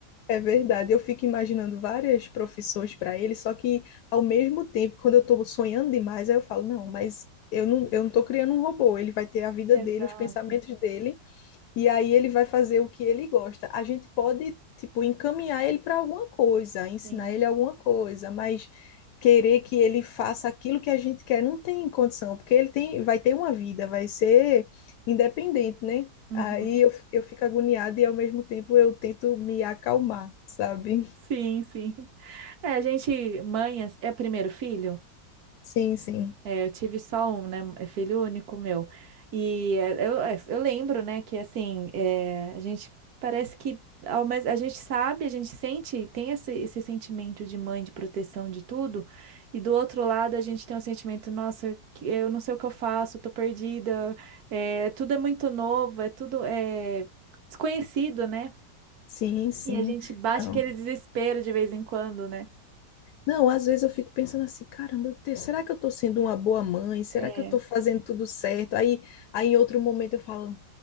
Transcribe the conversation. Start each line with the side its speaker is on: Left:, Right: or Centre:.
Left: É verdade. Eu fico imaginando várias profissões para ele, só que ao mesmo tempo, quando eu estou sonhando demais, aí eu falo, não, mas eu não, eu não estou criando um robô. Ele vai ter a vida
Right: Exato,
Left: dele, os pensamentos dele, E aí ele vai fazer o que ele gosta. A gente pode, tipo, encaminhar ele para alguma coisa, ensinar
Right: sim.
Left: ele alguma coisa, mas querer que ele faça aquilo que a gente quer não tem condição, porque ele tem, vai ter uma vida, vai ser independente, né?
Right: Uhum.
Left: Aí eu, eu fico agoniada e ao mesmo tempo eu tento me acalmar, sabe?
Right: Sim, sim. É, a gente, mãe, é é primeiro filho?
Left: Sim, sim.
Right: Eu tive só um, né? É filho único meu. E é, eu, é, eu lembro, né, que assim, é, a gente parece que ao mes- a gente sabe, a gente sente, tem esse, esse sentimento de mãe, de proteção de tudo, e do outro lado a gente tem o sentimento, nossa, que- eu não sei o que eu faço, eu tô perdida, é, tudo é muito novo, é tudo é, desconhecido, né?
Left: Sim, sim.
Right: E a gente bate
Left: Não.
Right: aquele desespero de vez em quando, né?
Left: Não, às vezes eu fico pensando assim, caramba, te- será que eu tô sendo uma boa mãe? Será
Right: É.
Left: que eu tô fazendo tudo certo? Aí, aí em outro momento eu falo